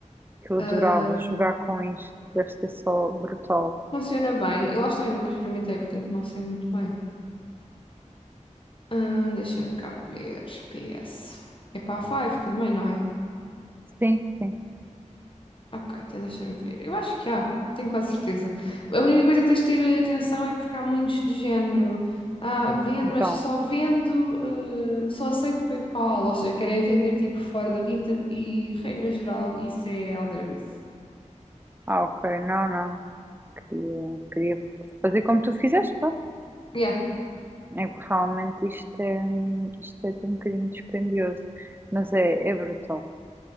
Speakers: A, on the right; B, on the left.
A: que eu
B: Ahm,
A: adorava jogar com isto, deve ser só brutal.
B: funciona bem. Eu acho que eu nunca experimentei, portanto não sei muito bem. Ahm, deixa-me cá ver. PS. É para a Five também, não é?
A: Sim, sim.
B: Ok, então deixa-me ver. Eu acho que há. Tenho quase certeza. A única coisa que tens de ter atenção é porque há muitos do género. Ah, vendo,
A: Então,
B: mas só vendo, eh, só aceito PayPal, ou seja, querem vender tipo fora da Vinted e regra geral, isso é aldrabice.
A: ah, ok, não, não. Queria, queria fazer como tu fizeste, pá.
B: Yeah,
A: É que realmente isto é, isto é um bocadinho dispendioso, mas é, é brutal.